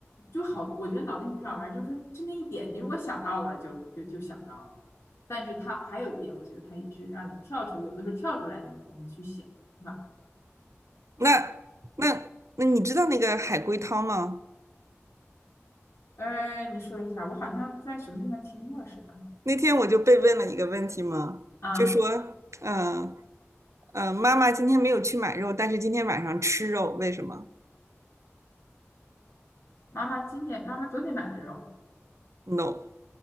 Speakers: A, on the left; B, on the right.
A: 就好，我觉得脑筋急转弯就是就那一点，你如果想到了就就就想到了。但是它还有一点，我觉得它也是让你跳出，有的时候跳出来那个东西去想，是吧？
B: 那那那你知道那个海龟汤吗？
A: 呃，你说一下，我好像在什么地方听过似的
B: 那天我就被问了一个问题嘛，
A: 啊。
B: 就说，嗯、呃，呃妈妈今天没有去买肉，但是今天晚上吃肉，为什么
A: 妈妈今天，妈妈昨天买的肉，
B: ？No，